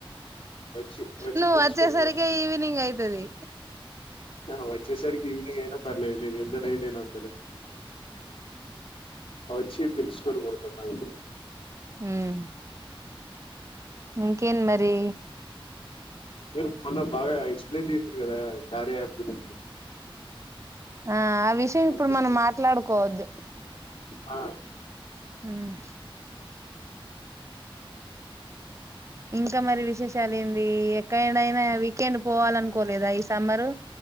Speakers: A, on the left; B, on the right.
A: వచ్చి వచ్చి
B: నువ్వు
A: పిలుచుకొని
B: వచ్చేసరికే
A: పోతా
B: ఈవినింగ్ అయితది
A: ఆ వచ్చే సరికి ఈవినింగ్ పర్లేదు నేను ఎంత నైటైనా వత్తాను వచ్చి పిల్చుకొని పోత మా ఇంటికి
B: హ్మ్ ఇంకేన్ మరి
A: మీరు మొన్న బాగా ఎక్స్ప్లెయిన్ చేసారు కదా కార్య యాప్ గురించి
B: ఆ ఆ విషయం ఇప్పుడు
A: అందుకే
B: మనం మాట్లాడుకోవద్దు
A: ఆ...
B: మ్ ఇంకా మరి విశేషాలు ఏంది ఎక్కడైనా వీకెండ్ పోవాలనుకోలేదా ఈ సమ్మరు